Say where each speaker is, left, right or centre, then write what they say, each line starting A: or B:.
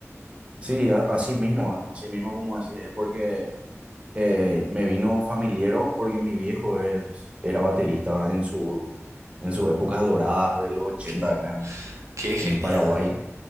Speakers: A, on the right (about 20°); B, on the right (about 70°).
A: Sí, a- así mismo, ah, así mismo como decís, es porque eh, me vino familiero, porque mi viejo es, era baterista en su, en sus épocas doradas de los 80
B: Qué,
A: acá en
B: qué genial.
A: en Paraguay.